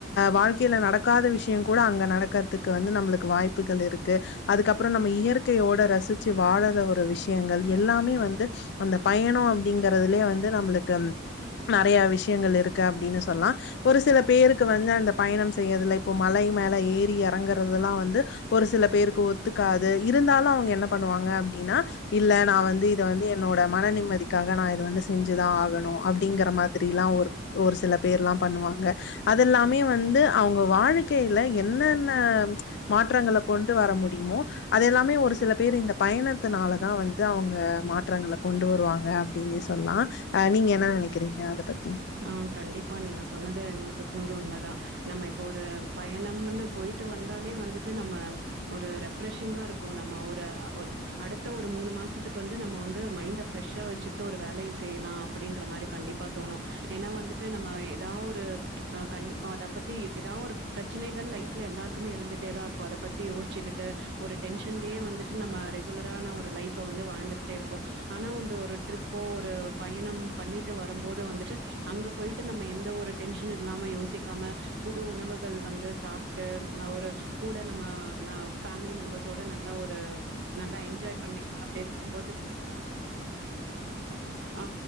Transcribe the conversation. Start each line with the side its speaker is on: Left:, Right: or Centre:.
Left: வாழ்க்கயில நடக்காத விஷயங் குட அங்க நடக்கறத்துக்கு வந்து நம்புளுக்கு வாய்ப்புகள் ருக்கு அதுக்கப்புறோ நம்ப இயற்கையோட ரசி வாழற ஒரு விஷ்யங்கள் எல்லாமே வந்து அந்த பயணோ அப்டிங்கறதுலயே வந்து நம்பளுக்கு நறயா விஷயங்கள் இருக்கு அப்படின்னு சொல்லா ஒரு சில பேருக்கு வந்து அந்த பயணம் செய்யறதுல இப்போ மலை மேல ஏறி எறங்கற்தெல்லா வந்து ஒரு சில பேருக்கு ஒத்துக்காது இருந்தாலு அவுங்க என்னப் பண்ணுவாங்க அப்டின்னா இல்ல நா வந்து இத வந்து என்னோட மன நிம்மதிக்காக நா இத வந்து செஞ்சிதா ஆகணு அப்படிங்கற மாதிரில்லா ஒரு ஒரு சில பேர்ல்லா பண்ணுவாங்க அதெல்லாமே வந்து அவங்க வாழை கையில என்னென்ன மாற்றங்கள கொண்டு வர முடியுமோ அத எல்லாமே ஒரு சில பேரு இந்த பயணத்தினாலதா வந்து அவூங்க மாற்றங்கள கொண்டு வருவாங்க அப்டின்னே சொல்லா நீங்க என்ன நெனக்கிறீங்க அத பத்
Right: ஆ கண்டிப்பா நீங்க சொன்னது நூத்துக்கு நூறு உண்ம தா நம்ம இப்ப ஒரு பயணம்னு போயிட்டு வந்தாலே வந்துட்டு நம்ம ஒரு ரெஃப்ரெஷிங்கா ருக்கு நம்ம ஒரு ஒரு அடுத்த ஒரு மூணு மாசத்துக்கு வந்து நம்ம வந்து மைண்ட பிரெஷ்ஷா வச்சிட்டு ஒரு வேலய செய்யலா அப்படின்ற மாரி கண்டிப்பா தோணு ஏன்னா வந்துட்டு நம்ம ஏதாவ் ஒரு கண்டி அத பத்தி ஏதாவ் ஒரு பிரச்சனைகள் லைஃப்ல எல்லா மே இருந்துட்டே தா ருக்கு அத பத்தி யோஸ்சிக்கிட்டு ஒரு டென்ஷன்லயே வந்துட்டு நம்ம ரெகுலரான ஒரு லைஃப் வந் வந்து வாழ்ந்துகிட்டே ருப்போ ஆனா வந்து ஒரு ட்ரிப்போ ஒரு பயணம் பண்ணிட்டு வரும்போது வந்துட்டு அங்க போய்ட்டு நம்ம எந்த ஒரு டென்ஷன் இல்லாம யோசிக்காம புது உணவுகள் வந்து சாப்ட்டு ஒரு கூட நம்ம ஃபேம்லி மெம்பர்ஸ் ட நல்லா ஒரு நல்லா எஞ்ஜாய் பண்ணிட்டு அப்டி ருக்கும்போது ஆ